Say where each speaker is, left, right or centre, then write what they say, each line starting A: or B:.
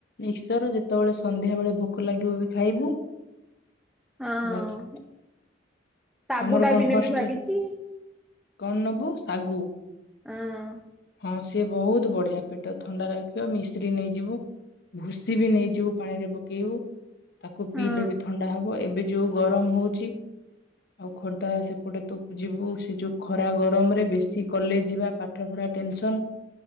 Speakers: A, on the left; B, in the centre.
A: ମିକ୍ସଚର ଯେତେବେଳେ ସନ୍ଧ୍ୟା ବେଳେ ଭୋକ ଲାଗିବ ବି ଖାଇବୁ।
B: ହଁ
A: ବାକି
B: ଶାଗୁଟା
A: ତୋମର କଣ
B: ବି ନେବି
A: ହଷ୍ଟେଲ୍?
B: ଭାବିଛି
A: କଣ ନବୁ ଶାଗୁ?
B: ଆଁ,
A: ହଁ ସିଏ ବହୁତ ବଢିଆ ପେଟ ଥଣ୍ଡା ରଖିବ, ମିଶ୍ରୀ ନେଇଯିବୁ। ଭୁସି ବି ନେଇଯିବୁ ପାଣିରେ ପକେଇବୁ, ତାକୁ
B: ହଁ
A: ପିଇଲେ ବି ଥଣ୍ଡା ହବ। ଏବେ ଯୋଉ ଗରମ ହଉଛି। ଆଉ ଖୋର୍ଦ୍ଧା ସେପଟେ ତୁ ଯିବୁ, ସେ ଯୋଉ ଖରା ଗରମ ରେ ବେଶୀ କଲେ ଜ ଯିବା ପାଠ ପଢା ଟେନସନ,